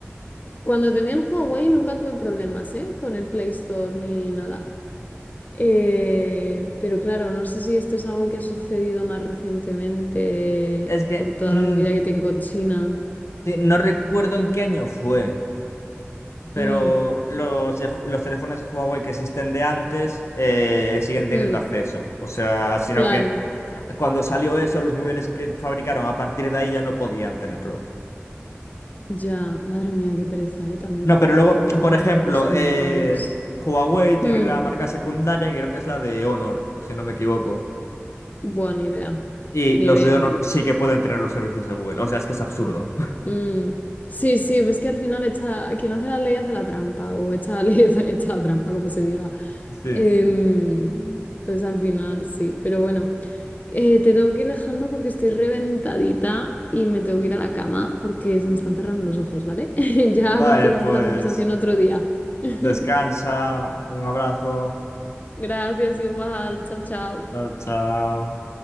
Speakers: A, on the left (about 35°); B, on the left (about 85°).
A: Cuando tenía el Huawei nunca tuve problemas, ¿eh? Con el Play Store ni nada. Eh, pero claro, no sé si esto es algo que ha sucedido más recientemente
B: Es que
A: por toda
B: mm,
A: la movida que tiene con China.
B: sí, no recuerdo en qué año fue. Pero
A: Mm,
B: los, de Ju- los teléfonos de Huawei que existen de antes eh, siguen teniendo
A: mm,
B: acceso. O sea, sino
A: claro,
B: que cuando salió eso, los móviles que fabricaron a partir de ahí ya no podían tenerlo.
A: ya. Madre mía, qué pereza, eh, también
B: No,
A: te
B: pero
A: digo,
B: luego,
A: todo
B: por
A: el tema de
B: ejemplo,
A: las guerras comerciales.
B: eh, Huawei tiene
A: Mm,
B: la marca secundaria, que creo que es la de Honor, si no me equivoco.
A: buena idea.
B: Y
A: Ni
B: los
A: idea,
B: de Honor
A: ¿eh?
B: sí que pueden tener los servicios de Google. O sea, es que es absurdo. <laughs>
A: Mm, Sí, sí, pero es que al final echa, quien hace la ley hace la trampa, o echa la ley, <laughs> echa, echa la trampa, como se diga.
B: Sí.
A: Em, entonces al final sí, pero bueno, eh, te tengo que ir dejando porque estoy reventadita y me tengo que ir a la cama porque se me están cerrando los ojos, ¿vale? <laughs> Ya
B: Vale,
A: continuamos
B: pues
A: la conversación otro día. <laughs>
B: descansa. Un abrazo.
A: Gracias, igual, chao, chao.
B: Chao, chao.